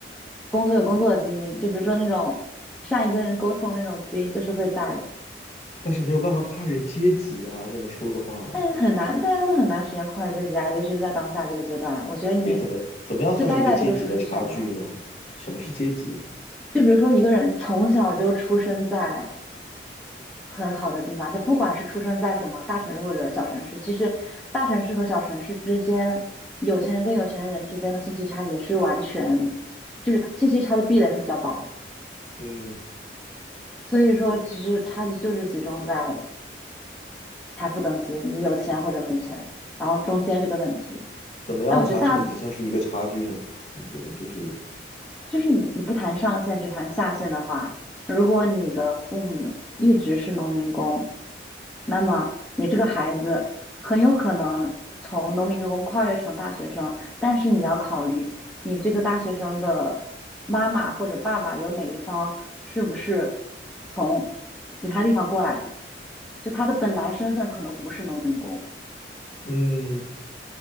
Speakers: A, in the centre; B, on the left.
A: 工作有工作的基因，就比如说那种善于跟人沟通的那种基因，就是会在的。
B: 但是没有办法跨越阶级啊，这么说的话。
A: 但是很难，大家都很难实现跨越阶级啊，尤其是在当下这个阶段。我觉得你
B: 所以怎么怎么样算是一个阶级的差距呢？
A: 就待在这个舒适圈就好。
B: 什么是阶级？
A: 就比如说一个人从小就出生在很好的地方，他不管是出生在什么大城市或者小城市，其实大城市和小城市之间，有钱人跟有钱人之间的信息差也是完全，就是信息差的壁垒会比较薄。
B: 嗯，
A: 所以说，其实差距就是集中在财富等级，你有钱或者没钱，然后中间这个等级。
B: 怎么样财富等级算是一个差距呢？
A: 但我觉得大
B: 你觉得就是
A: 就是你你不谈上限，只谈下限的话，如果你的父母一直是农民工，那么你这个孩子很有可能从农民工跨越成大学生，但是你要考虑你这个大学生的妈妈或者爸爸有哪一方是不是从其他地方过来的，就他的本来身份可能不是农民工。
B: 嗯